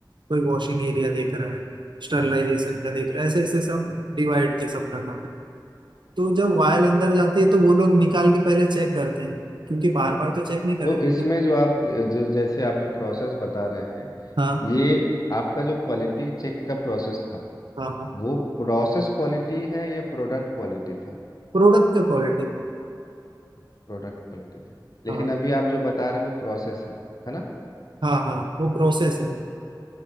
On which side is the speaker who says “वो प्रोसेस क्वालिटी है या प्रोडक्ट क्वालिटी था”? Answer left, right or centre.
Left